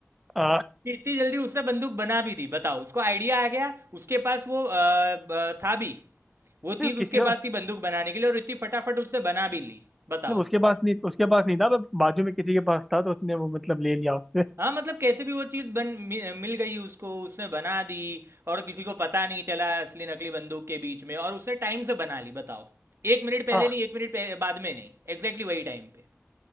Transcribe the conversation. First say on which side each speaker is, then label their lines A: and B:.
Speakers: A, in the centre; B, on the right.
A: आ,
B: कि इतनी जल्दी उसने बंदूक बना भी दी बताओ उसको आइडिया आ गया उसके पास वो अ, ब- था भी वो
A: तो
B: चीज़
A: किसी
B: उसके
A: को
B: पास थी बंदूक बनाने के लिए और इतनी फटाफट उसने बना भी ली बताओ
A: मतलब उसके पास नहीं उसके पास नहीं था पर बाजू में किसी के पास था तो उसने वो मतलब ले लिया उससे
B: हाँ, मतलब कैसे भी वो चीज़ बन मि मिल गई उसको, उसने बना दी और किसी को पता नहीं चला असली नकली बंदूक के बीच में और उसने टाइम से बना ली बताओ। 1 मिनट पहले
A: हाँ
B: नहीं, 1 मिनट पह बाद में नहीं, एग्ज़ैक्टली वही टाइम पे।